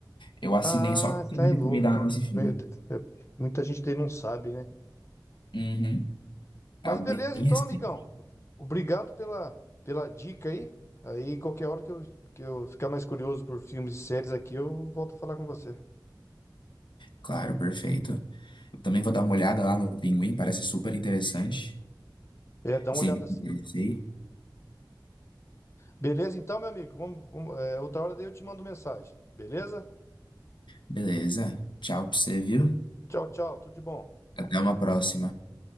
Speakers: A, on the left; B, on the left.
A: Eu assinei
B: Ah,
A: só porque
B: tá,
A: me
B: é
A: recomendaram
B: novo, então.
A: esse filme.
B: Eh, eh, Muita gente daí não sabe, né?
A: Uhum. É
B: Mas
A: algo
B: beleza,
A: bem recente.
B: então, amigão. Obrigado pela, pela dica aí. Aí, qualquer hora que eu, que eu ficar mais curioso por filmes e séries aqui, eu volto a falar com você.
A: Claro, perfeito. Eu também vou dar uma olhada lá no Pinguim, parece super interessante.
B: É, dá
A: Sempre
B: uma olhada assim.
A: me interessei.
B: Beleza, então, meu amigo. Vamos, vamos- é, outra hora daí eu te mando mensagem. Beleza?
A: Beleza. Tchau pra você, viu?
B: Tchau, tchau. Tudo de bom.
A: Até uma próxima.